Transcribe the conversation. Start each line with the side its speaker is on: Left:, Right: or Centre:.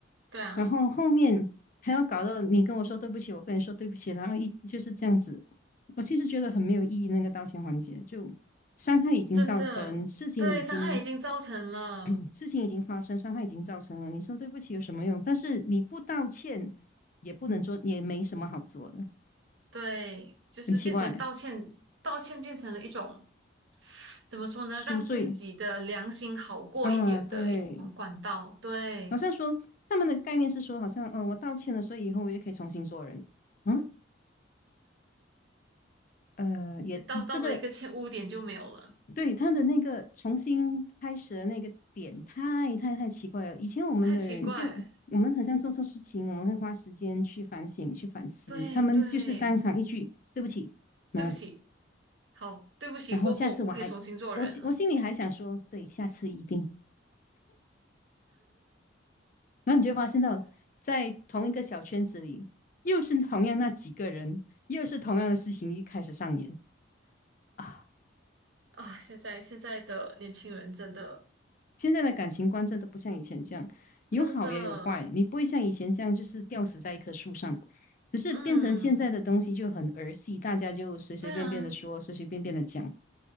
Right: 对啊，
Left: 然后后面还要搞到你跟我说对不起，我跟你说对不起，然后一就是这样子，我其实觉得很没有意义，那个道歉环节，就伤害已经造成，
Right: 真的，
Left: 事情已经，
Right: 对，伤害已经造成了。
Left: <clears throat> 事情已经发生，伤害已经造成了，你说对不起有什么用？但是你不道歉，也不能做，也没什么好做的，
Right: 对，就是变成道歉，
Left: 很奇怪。
Right: 道歉变成了一种，怎么说呢，
Left: 赎罪，
Right: 让自己的良心好过一点的一种管道。
Left: 啊，对，
Right: 对，
Left: 好像说他们的概念是说，好像，呃，我道歉了，所以以后我也可以重新做人。嗯，呃，也这个
Right: 道到了一个欠污点就没有了，
Left: 对，他的那个重新开始的那个点太太太奇怪了。以前我们的人就我们好像做错事情，
Right: 太奇怪。
Left: 我们会花时间去反省、去反思。
Right: 对对，
Left: 他们就是当场一句“对不起”没了，
Right: 对不起，好，对不起，
Left: 然后下次我还我心我心里还想说“对，
Right: 过后我可以重新做人了
Left: 下次一定”。然后你就发现到，在同一个小圈子里，又是同样那几个人，又是同样的事情一开始上演啊。
Right: 啊！现在现在的年轻人真的
Left: 现在的感情观真的不像以前这样，有好也有坏，
Right: 真的，
Left: 你不会像以前这样就是吊死在一棵树上。可是变成现在的东西就很儿戏，
Right: 嗯，
Left: 大家就随随便便的说，
Right: 对啊。
Left: 随随便便的讲。